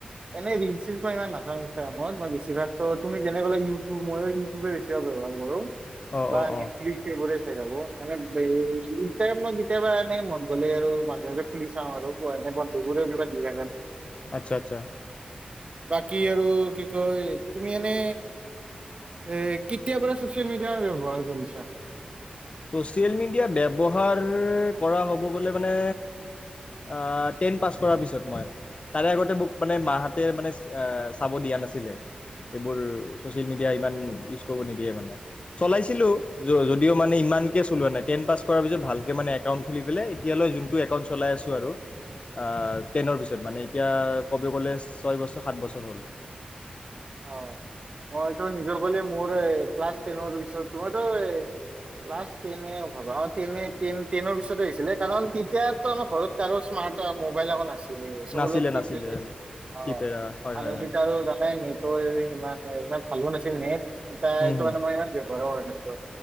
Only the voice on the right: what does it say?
এনেই ৰিল চিল মই ইমান নাচাওঁ ইন মই মই বেছিভাগতো তুমি যেনে কলা ইউটিউব ময়ো ইউটিউব বেছি ব্যৱহাৰ কৰোঁ।
বা নেটফ্লিশ
এইবোৰে <unintelligible> মানে <unintelligible> <unintelligible> কেতিয়াবা এনেই মন গ'লে আৰু মাজে মাজে খুলি চাওঁ আৰু। <unintelligible> <unintelligible> <unintelligible>
বাকী আৰু কি কয় তুমি এনে এ কেতিয়া পৰা ছ'চিয়েল মিডিয়া ব্যৱহাৰ কৰিছা?
অ', মইটো নিজৰ বুলি মোৰেএ ক্লাছ টেনৰ পাছত তোমাৰ এ ক্লাছ টেনৰ ভাবা টেনে টে-টে টেনৰ পিছতে আহিছিলে কাৰণ তেতিয়াতো আমাৰ ঘৰত কাৰো স্মাৰ্ট মবাইল এক নাছি <unintelligible>
অ',
আনদত
আৰু জানাই নেট ইমান ইমান ভালো নাছিল নেট ই তাই
তুমানে
মই ইমান ব্যৱহাৰ কৰা নাছিলো।